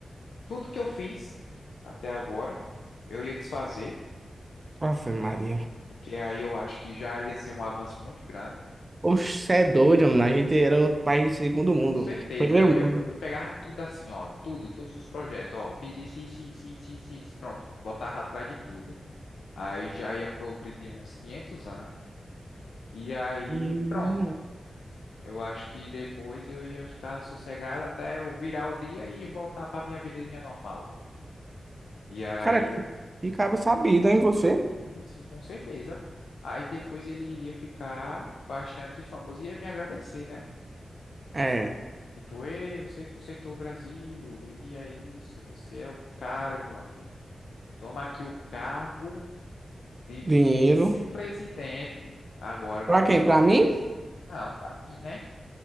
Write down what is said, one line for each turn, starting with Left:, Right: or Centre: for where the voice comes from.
Left: tudo que eu fiz até agora, eu ia desfazer,
Right: Ave
Left: né?
Right: Maria.
Left: Porque aí eu acho que já ia ser um avanço muito grande.
Right: Oxe, cê é doido, mano. A gente era outro país de segundo mundo.
Left: Com certeza,
Right: Primeiro
Left: eu ia
Right: mundo.
Left: eu pegava tudo assim, ó, tudo, todos os projetos, ó, fiz isso, isso, isso, isso, isso, isso, pronto, botava atrás de tudo. Aí já ia progredir uns 500 anos. E aí,
Right: Hum,
Left: pronto. Eu acho que depois eu ia ficar sossegado até eu virar o dia e voltar para minha vidinha normal. E aí,
Right: cara, que
Left: eu-
Right: que cara sabido, hein, você?
Left: sim, sim, com certeza. Aí depois ele iria ficar bastante famoso e ia me agradecer, né?
Right: É.
Left: Tipo, ei, você consertou o Brasil, e é isso, você é o cara, meu amigo. Toma aqui o cargo de vice-presidente
Right: Dinheiro.
Left: agora na
Right: Pra
Left: próxima
Right: quem? Pra
Left: vez.
Right: mim?
Left: Não, pra mim, né?